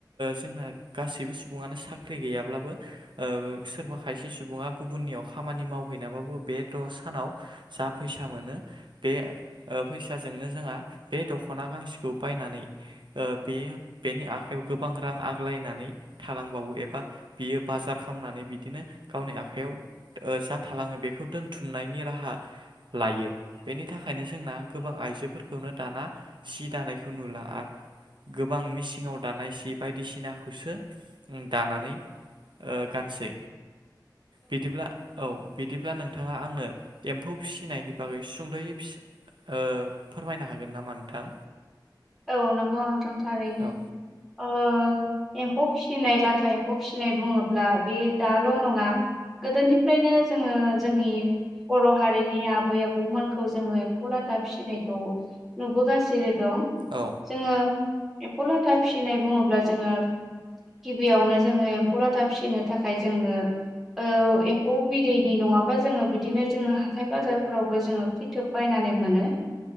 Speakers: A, on the right; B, in the centre.
A: जोंना गासैबो सुबुङानो साख्रि गैयाब्लाबो ओ सोरबा खायसे सुबुङा गुबुननियाव खामानि मावहैनाबाबो बे द' सानाव जा फैसा फैसा मोनो बे ओ फैसाजोंनो जोंहा बे दख'ना गांसेखौ बायनानै ओ बे बेनि आखायाव गोबां रां आग्लायनानै थालांबावो एबा बियो बाजार खालामनानै बिदिनो गावनि आखयाव ओ जा थालाङो बेखौ दोनथुमनायनि राहा लायो बेनि थाखायनो जोंना गोबां आइजोफोरखौनो दाना सि दानायखौ नुला आरो। गोबां मिसिनाव दानाय सि बायदिसिनाखौसो दानानै ओ गानसै बिदिब्ला औ बिदिब्ला नों नोंथाङा आंनो एम्फौ फिसिनायनि बागै सुंद'यै फिसा ओ फोरमायनो हागोन नामा नोंथां?
B: औ नंगौ नोंथां थारैनो।
A: औ
B: ओ एम्फौ फिसिनाय लाथा एम्फौ फिसिनाय बुङोब्ला बे दाल' नङा गोदोनिफ्रायनो जोङो जोंनि बर' हारिनि आब आबै आबौमोनखौ जोङो एम्फौ लाथा फिसिनायखौ नुबोगासिनो दं।
A: औ
B: जोङो एम्फौ लाथा फिसिनाय बुङोब्ला जोङो गिबियावनो जोङो एम्फौ लाथा फिसिनो थाखाय जोंनो ओ एम्फौ बिदैनि नङाबा जोङो बिदिनो जोङो हाथाय बाजारफोरावबो जोङो फिथोब बायना नानै मोनो